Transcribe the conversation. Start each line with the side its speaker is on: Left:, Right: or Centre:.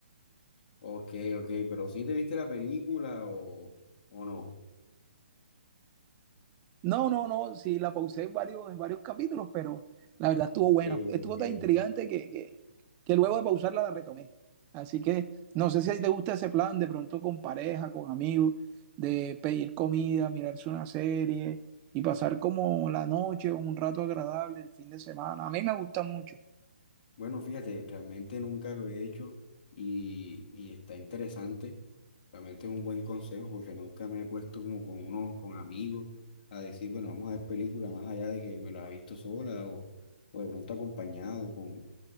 Left: Ok, ok, pero ¿sí te viste la película o, o no?
Right: No, no, no, sí, la pausé en varios, en varios capítulos, pero la verdad estuvo
Left: Ok,
Right: buena. Estuvo
Left: ok.
Right: tan intrigante que, que, que luego de pausarla la retomé. Así que no sé si a ti te gusta ese plan, de pronto con pareja, con amigos, de pedir comida, mirarse una serie y pasar como la noche, un rato agradable, el fin de semana. A mí me gusta mucho.
Left: Bueno, fíjate, realmente nunca lo he hecho y, y está interesante. Realmente es un buen consejo porque nunca me he puesto como con unos, con amigos a decir, bueno, vamos a ver películas más allá de que me las he visto sola o, o de pronto acompañado con,